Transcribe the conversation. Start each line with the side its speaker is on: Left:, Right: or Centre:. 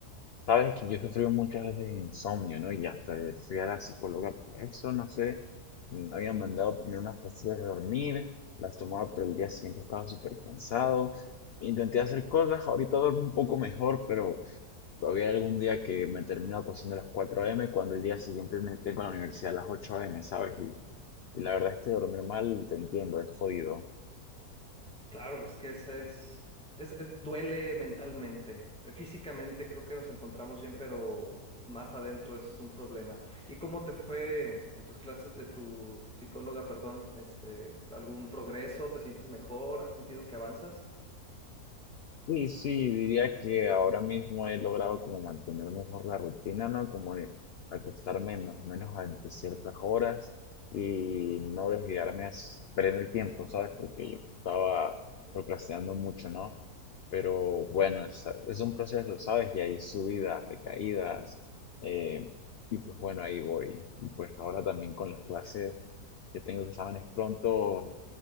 Left: sabes que yo he sufrido muchas veces de insomnio, ¿no? Y hasta fui a la psicóloga por eso, no sé. Me habían mandado primero unas pastillas de dormir, las tomaba, pero el día siguiente estaba súper cansado. Intenté hacer cosas, ahorita duermo un poco mejor, pero Había algún día que me termino acostando a las 4 a.m. cuando el día siguiente me tengo la universidad a las 8 a.m., ¿sabes? Y, y la verdad es que dormir mal, te entiendo, es jodido.
Centre: Claro, es que ese es, es, es- duele mentalmente. eh, Físicamente creo que nos encontramos bien, pero más adentro es un problema. ¿Y cómo te fue en tus clases de tu psicóloga, perdón? Este, ¿algún progreso? ¿Te sientes mejor? ¿Has sentido que avanzas?
Left: Sí, sí, diría que ahora mismo he logrado como mantener mejor la rutina, ¿no? Como de acostarme más o menos a entre ciertas horas y no desviarme as- perdiendo el tiempo, ¿sabes? Porque yo estaba
Centre: Mm.
Left: procrastinando mucho, ¿no? Pero bueno, es, es un proceso, ¿sabes? Y hay subidas, recaídas, eh, y pues bueno, ahí voy. Y pues ahora también con las clases que tengo exámenes pronto,